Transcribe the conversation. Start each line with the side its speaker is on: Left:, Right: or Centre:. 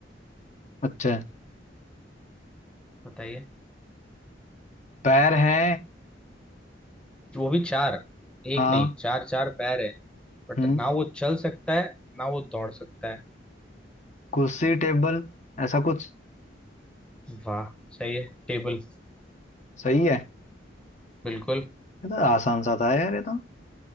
Left: अच्छा
Centre: बताइए
Left: पैर है
Centre: वो भी चार एक
Left: हाँ
Centre: नहीं चार चार पैर है बट
Left: हम्म
Centre: ना वो चल सकता है ना वो दौड़ सकता है
Left: कुर्सी टेबल ऐसा कुछ
Centre: वाह सही है टेबल
Left: सही है
Centre: बिल्कुल
Left: ये तो आसान सा था यार ये तो